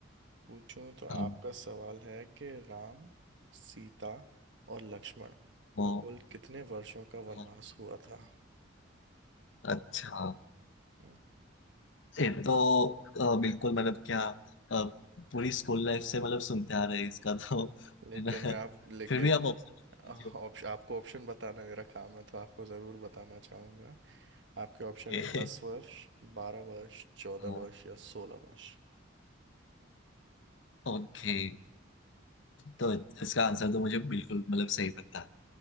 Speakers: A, on the right; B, on the left.
A: पूछूं तो आपका
B: हाँ,
A: सवाल है कि राम सीता और लक्ष्मण
B: वो
A: को कुल कितने वर्षों का
B: हाँ,
A: वनवास हुआ था
B: अच्छा
A: हम्म,
B: ये तो अ, बिल्कुल मतलब क्या अ, पूरी स्कूल लाइफ से मतलब सुनते आ रहे हैं इसका तो
A: लेकिन
B: है ना
A: मैं आप लेकिन
B: फिर भी आप ऑप्शन दीजिए
A: ऑप्शन आपको ऑप्शन बताना मेरा काम है तो आपको ज़रूर बताना चाहूँगा आपके ऑप्शन है
B: ओके
A: दस वर्ष बारह वर्ष चौदह
B: हाँ,
A: वर्ष या सोलह वर्ष
B: ओके तो इसका आंसर तो मुझे बिल्कुल मतलब सही पता